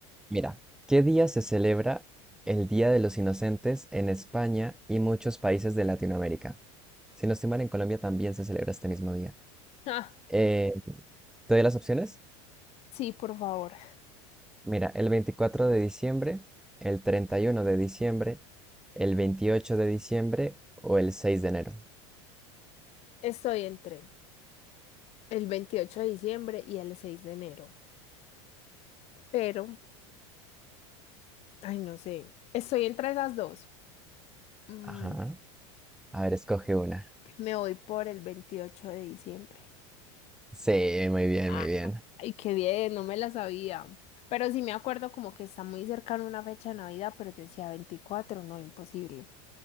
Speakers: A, in the centre; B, on the left.
A: Mira, ¿qué día se celebra el Día de los Inocentes en España y muchos países de Latinoamérica? Si no estoy mal, en Colombia también se celebra este mismo día.
B: Ah,
A: Eh, ¿te doy las opciones?
B: sí, por favor.
A: Mira, el 24 de diciembre, el 31 de diciembre, el 28 de diciembre o el 6 de enero.
B: Estoy en tren el veintiocho de diciembre y el 6 de enero. Pero, ay, no sé. Estoy entre esas dos. Mm,
A: Ajá. A ver, escoge una.
B: me voy por el 28 de diciembre.
A: Sí, muy bien,
B: Ah,
A: muy bien.
B: ay, qué bien, no me la sabía. Pero sí me acuerdo como que está muy cercana una fecha de Navidad, pero yo decía 24, no, imposible.